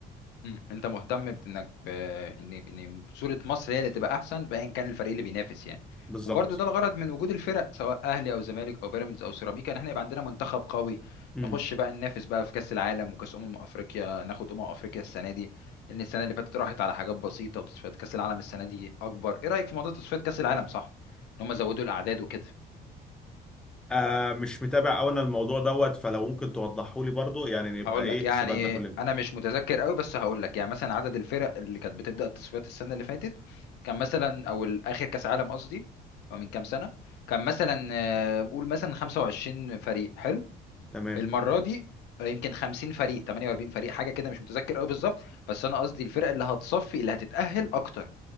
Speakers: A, on the left; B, in the centre.
A: مم. انت مهتم بانك في ان ان صوره مصر هي اللي تبقى احسن بايا كان الفريق اللي بينافس يعني
B: بالظبط
A: وبرضه ده الغرض من وجود الفرق سواء اهلي او زمالك او بيراميدز او سيراميكا ان احنا يبقى عندنا منتخب قوي
B: مم.
A: نخش بقى ننافس بقى في كاس العالم وكاس امم افريقيا ناخد امم افريقيا السنه دي لان السنه اللي فاتت راحت على حاجات بسيطه وتصفيات كاس العالم السنه دي اكبر ايه رايك في موضوع تصفيات كاس العالم صح ان هم زودوا الاعداد وكده
B: آه مش متابع أوي أنا الموضوع دوت فلو ممكن توضحه لي برضو يعني نبقى
A: هقول
B: إيه
A: لك
B: استفدنا
A: يعني
B: كلنا
A: انا مش متذكر قوي بس هقول لك يعني مثلا عدد الفرق اللي كانت بتبدا التصفيات السنه اللي فاتت كان مثلا او ال- اخر كاس عالم قصدي او من كام سنه كان مثلا آه، قول مثلا 25 فريق حلو
B: تمام
A: المره دي آه، يمكن 50 فريق 48 فريق حاجه كده مش متذكر قوي بالظبط بس انا قصدي الفرق اللي هتصفي اللي هتتاهل اكتر